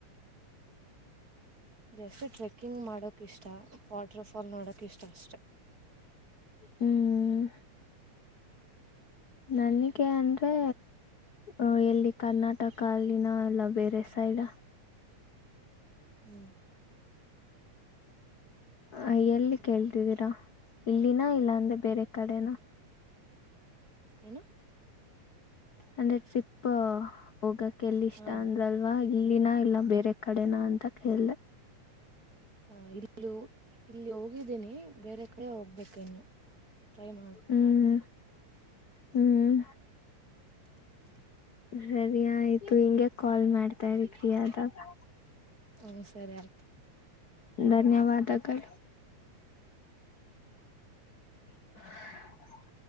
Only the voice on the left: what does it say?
ಹ್ಮ್ ನನಿಗೆ ಅಂದ್ರೆ ಅ ಎಲ್ಲಿ ಕರ್ನಾಟಕ ಅಲ್ಲಿನ ಅಲ್ಲ ಬೇರೆ ಸೈಡಾ
ಅ ಎಲ್ಲಿ ಕೇಳ್ತಿದ್ದೀರಾ ಇಲ್ಲಿನ ಇಲ್ಲ ಅಂದ್ರೆ ಬೇರೆ ಕಡೆನ
ಅಂದ್ರೆ ಟ್ರಿಪ್ ಹೋಗಕ್ ಎಲ್ಲಿ ಇಷ್ಟಾ
ಅಂದ್ರಲ್ವಾ ಇಲ್ಲಿನ ಇಲ್ಲಾ ಬೇರೆ ಕಡೆನಾ ಅಂತಾ ಕೇಳ್ದೆ
ಹ್ಮ್ ಹ್ಮ್
ಸರಿ ಆಯ್ತು ಹಿಂಗೆ ಕಾಲ್ ಮಾಡ್ತಾ ಇರಿ ಫ್ರೀ ಅದಾಗಾ
ಧನ್ಯವಾದಗಳು <inaudible>